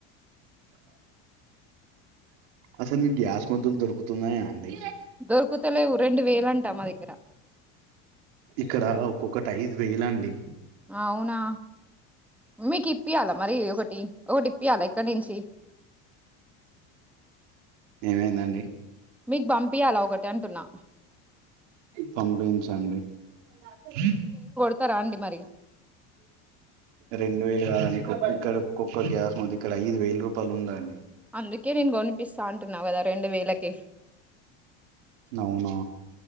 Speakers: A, on the right; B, in the centre.
A: అసలు మీ గ మందులు దొరుకుతున్నాయా అండి
B: దొరుకుతలేవు రెండు వేలు అంటా మా దగ్గర
A: ఇక్కడ ఒక్కొక్కటి ఐదు వేల అండి
B: అవునా మీకు ఇప్పియాలా మరి ఒకటి ఒకటి ఇప్పియాలా ఇక్కడ నుంచి
A: ఏమైందండి
B: మీకు పంపి అలా ఒకటి అంటున్నా
A: పంపించండి అ
B: ఇస్తా రండి మరి
A: రెండు వేలు కాదండి ఇక్కడ కుక్క గ్యాస్ మీద ఇక్కడ ఐదు వేల రూపాయలు ఉందాండి
B: అందుకే నేను కోనిపిస్తా అంటున్నావు కదా రెండు వేలకి
A: అవునా